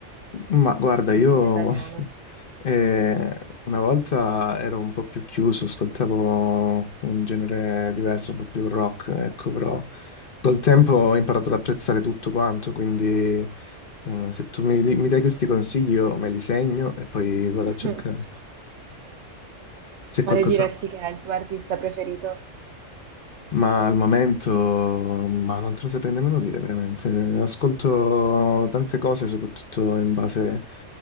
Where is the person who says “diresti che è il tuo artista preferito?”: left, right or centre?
Right